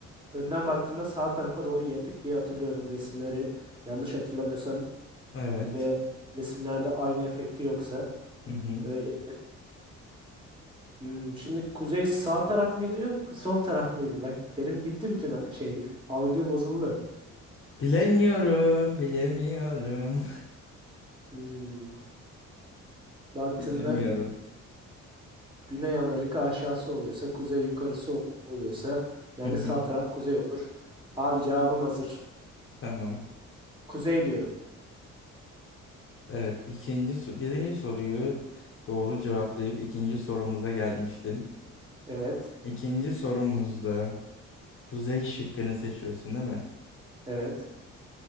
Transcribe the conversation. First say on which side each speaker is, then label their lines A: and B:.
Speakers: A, on the right; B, on the left.
A: önden baktığında sağ tarafa doğru yatık diye hatırlıyorum resimleri. Yanlış hatırlamıyorsam
B: Evet.
A: ve resimlerde aynı efekti yoksa
B: Hı hı.
A: öyleydi. Hmm, şimdi kuzey sağ taraf mıydı, sol taraf mıydı? Bak benim gitti bütün a- şey, algı bozuldu.
B: Bilemiyorum. Bilemiyorum.
A: Hmm, baktığında
B: <laughs> Bilemiyorum.
A: Güney Amerika aşağısı oluyorsa, kuzey yukarısı ol- oluyorsa, yani
B: Hı hı.
A: sağ taraf kuzey olur. Abi cevabım hazır.
B: Tamam.
A: Kuzey diyorum.
B: Evet. ikinci so- birinci soruyu doğru cevaplayıp ikinci sorumuza gelmiştin.
A: Evet,
B: İkinci sorumuzda kuzey şıkkını seçiyorsun değil mi?
A: evet.